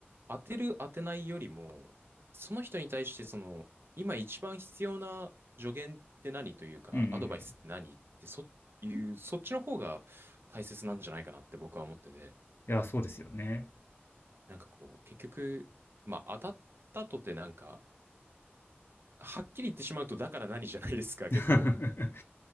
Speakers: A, on the right; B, on the left.
A: 当てる当てないよりも、その人に対してその、今一番必要な助言って何というか、
B: うんうん。
A: アドバイスって何ってそ、いう、そっちの方が大切なんじゃないかなって僕は思ってて、
B: いや、そうですよね。
A: なんかこう、結局、まあ当たったとてなんか、はっきり言ってしまうとだから何じゃないですか、
B: <laughs> 確
A: 結構。